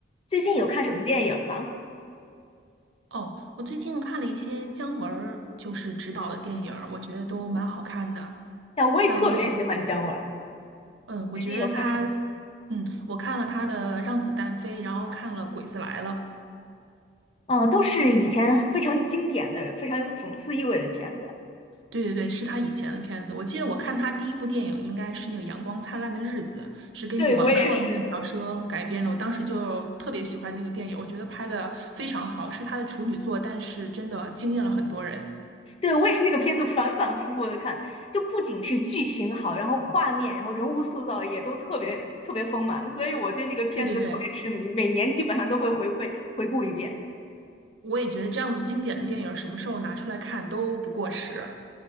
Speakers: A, on the left (about 30°); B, on the right (about 75°).
A: 最近有看什么电影吗？
B: 哦，我最近看了一些姜文儿就是执导的电影儿，我觉得都蛮好看的。
A: 呀，我也特别喜欢姜文儿
B: 像那个，嗯，我觉得他，
A: 最近有看什么？
B: 嗯，我看了他的《让子弹飞》，然后看了《鬼子来了》。
A: 哦，都是以前非常经典的、非常有讽刺意味的片子。
B: 对对对，是他以前的片子。我记得我看他第一部电影应该是那个《阳光灿烂的日子》，是根据王朔那个小说改编的。
A: 对，我也是，
B: 我当时就特别喜欢那个电影，我觉得拍的非常好，是他的处女作，但是真的惊艳了很多人。
A: 对，我也是那个片子反反复复的看，就不仅是剧情好，然后画面，然后人物塑造也都特别特别丰满，所以我对那个片子就特别痴迷，
B: 对对对。
A: 每年基本上都会回馈回顾一遍。
B: 我也觉得这样经典的电影什么时候拿出来看都不过时。